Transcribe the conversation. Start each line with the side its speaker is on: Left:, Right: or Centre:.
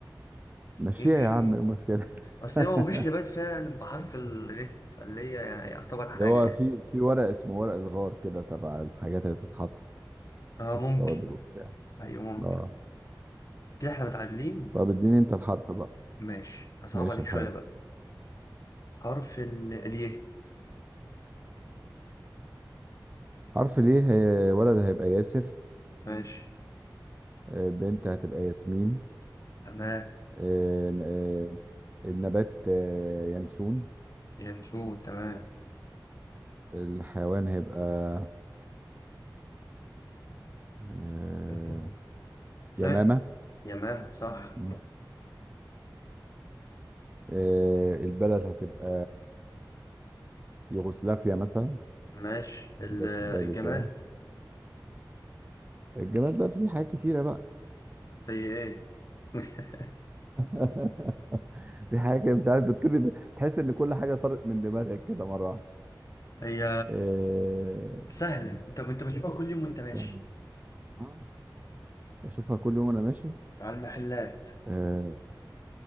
Right: مشيها
Left: يمشي
Right: يا عم ايه المشكلة
Left: أصل
Right: <laughs>
Left: هو مفيش نبات فعلا بحرف الغ فاللي هي يعتبر حاجة
Right: اللي هو
Left: يعني
Right: في في ورق اسمه ورق الغار كده تبع الحاجات اللي بتتحط
Left: أه
Right: في
Left: ممكن
Right: التوابل وبتاع
Left: أيوه ممكن
Right: اه
Left: كده إحنا متعادلين
Right: طب اديني انت الحرف بقى
Left: ماشي هصعب
Right: ماشي
Left: عليك
Right: الحال
Left: شوية بقى حرف ال اليه
Right: حرف ليه هي- ولد هيبقى ياسر
Left: ماشي
Right: آه، بنت هتبقى ياسمين
Left: تمام
Right: آه، ن- آه، النبات آه، ينسون
Left: ينسوه تمام
Right: الحيوان هيبقى آه،
Left: <laughs>
Right: يمامة
Left: ها يمام صح
Right: م. آه، البلد هتبقى يوغوسلافيا مثلا
Left: ماشي ال-
Right: جت في بالي
Left: الجماد
Right: كده الجماد بقى فيه حاجات كتيرة بقى
Left: هي ايه <laughs>
Right: <laughs> في حاجة كده مش عارف بتطير إزاي. تحس ان كل حاجة طارت من دماغك كده مرة واحدة
Left: هي
Right: آه،
Left: سهلة انت انت بتجيبها كل يوم وانت ماشي
Right: يعني آه. بشوفها كل يوم انا ماشي
Left: على المحلات
Right: اه